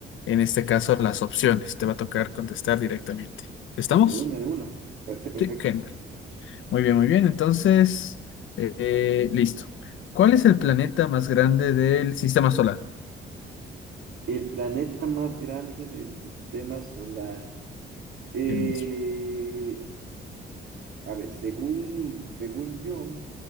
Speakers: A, on the left; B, on the right.
A: en este caso, las opciones. Te va a tocar contestar directamente. ¿Estamos?
B: De una, de una. Parece perfecto.
A: Sí, genial. Muy bien, muy bien. Entonces, eh, listo. ¿Cuál es el planeta más grande del sistema solar?
B: El planeta más grande del sistema solar. Eh,
A: El mismo.
B: a ver, según, según yo,